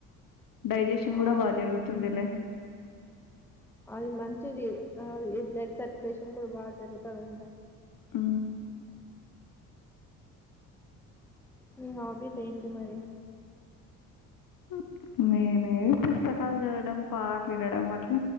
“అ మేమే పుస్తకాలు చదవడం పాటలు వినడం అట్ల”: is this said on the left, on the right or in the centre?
Left